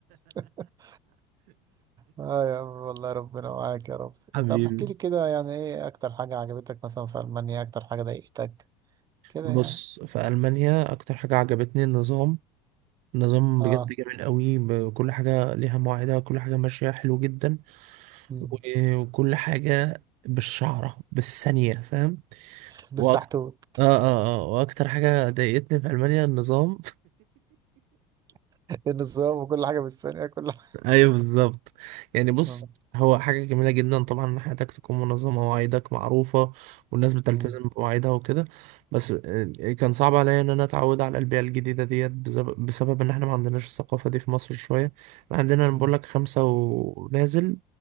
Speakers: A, on the right; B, on the right.
A: <laughs> اه يا عم والله ربنا معاك يا رب
B: حبيبي
A: طب احكي لي كده يعني ايه اكتر حاجة عجبتك مثلا في المانيا اكتر حاجة ضايقتك كده
B: بص
A: يعني
B: في ألمانيا أكتر حاجة عجبتني النظام نظام
A: اه
B: بجد جميل قوي ب- كل حاجة ليها مواعيدها كل حاجة ماشية حلو جدا
A: مم.
B: و- وكل حاجة بالشعرة بالثانية فاهم
A: بالسحتوت
B: وأك- اه اه اه واكتر حاجة ضايقتني في ألمانيا النظام
A: <laughs> النظام وكل حاجة بالثانية كل حاجة
B: ايوه بالظبط يعني بص
A: مم.
B: هو حاجة جميلة جدا طبعا ان حياتك تكون منظمة ومواعيدك معروفة والناس بتلتزم
A: مم.
B: بمواعيدها وكده بس آه، كان صعب عليا ان انا اتعود على البيئة الجديدة ديت بسبب, بسبب ان احنا ما عندناش الثقافة دي في مصر شوية إحنا عندنا انا
A: مم.
B: بقول لك خمسة ونازل